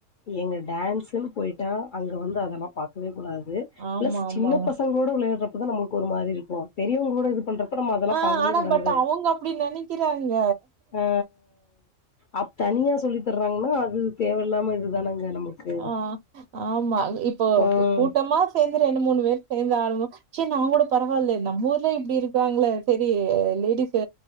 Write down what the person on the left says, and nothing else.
ஏங்க டான்ஸ்ன்னு போயிட்டா அங்க வந்து அதெல்லா பாக்கவே கூடாது து
பிளஸ்
சின்ன பசங்களோட விளையாடற இப்பதா நம்மளுக்கு ஒரு மாரி இருக்கு பெரியவங்களோட இது பண்றப்ப நம்ம அதெல்லா
பாக்கவே
கூடாது
அ அப் தனியா சொல்லி த்தர்றாங்கன்னா அது தேவயில்லாம இது தானங் த நமக்கு
ம்